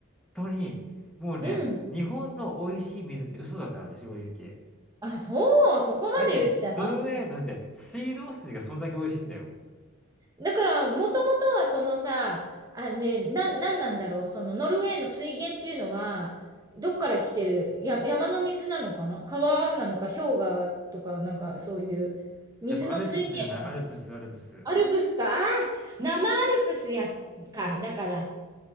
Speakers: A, in the centre; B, on the right (about 15°).
A: とに、もうね、
B: うん。
A: 日本の美味しい水って嘘だからね、正直。
B: あ、そう、そこまで言っちゃ
A: だって、ノルウェーなんて水道水がそんだけ美味しいんだよ。
B: う。だから、もともとはそのさ、あね、な、なんなんだろう、そのノルウェーの水源っていうのは、どっから来てる、や、山の水なのかな川なのか、氷河とか、なんかそういう、水の水源、
A: やっぱアルプスじゃない、アルプスアルプス。
B: アルプスか、あー、生アルプスや、か、だから、